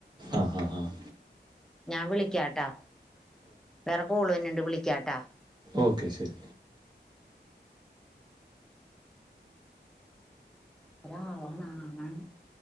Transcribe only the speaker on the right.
ആഹ് ആഹ് ആഹ്
ഓക്കെ ശരി